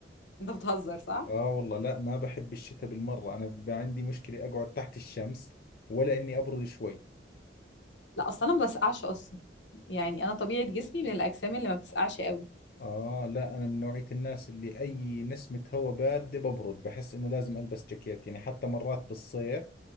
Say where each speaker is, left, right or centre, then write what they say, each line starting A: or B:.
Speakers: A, on the left (about 85°); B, on the left (about 55°).
A: أنت بتهزر صح؟
B: آه والله لا ما بحب الشتاء بالمرة أنا بيبقى عندي مشكلة أقعد تحت الشمس ولا إني أبرد شوي
A: لا أصلا أنا ما بسقعش أصلا يعني أنا طبيعة جسمي من الأجسام اللي ما بتسقعش قوي
B: آه لا أنا من نوعية الناس اللي أي نسمة هواء باردة ببرد بحس إنه لازم ألبس جاكيت يعني حتى مرات بالصيف